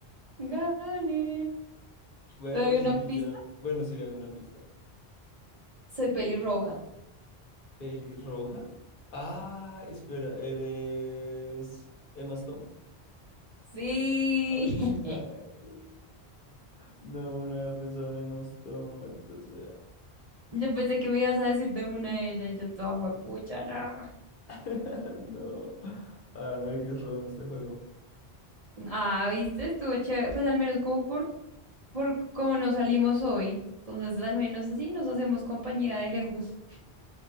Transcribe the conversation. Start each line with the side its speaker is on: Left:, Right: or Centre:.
Right: Gané.
Left: bueno,
Right: ¿Te doy
Left: sí,
Right: una pista?
Left: ya. Bueno, sí, dame una pista.
Right: Soy pelirroja.
Left: ¿Pelirroja? Ah, espera, ¿eres Emma Stone?
Right: Sí.
Left: Ay, madre.
Right: <laughs>
Left: No, no había pensado en Emma Stone, maldita sea.
Right: Yo pensé que me ibas a decir de una de ellas y yo toda juepucha, no.
Left: <laughs> No. Ay, marica, es re bueno este juego.
Right: Ah, ¿viste? Estuvo chévere. Pues al menos como por, por cómo nos salimos hoy. Entonces al menos así nos hacemos compañía de lejos.